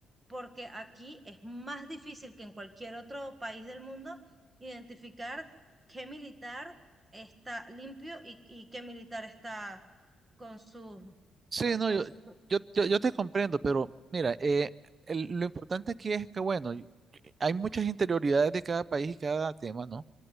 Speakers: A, on the right (about 20°); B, on the right (about 35°).
A: porque aquí es más difícil que en cualquier otro país del mundo identificar qué militar está limpio y, y qué militar está con sus
B: sí,
A: con-
B: no,
A: con
B: yo,
A: su-
B: yo, yo, yo te comprendo, pero mira, eh, el- lo importante aquí es que, bueno, y- eh, hay muchas interioridades de cada país y cada tema, ¿no?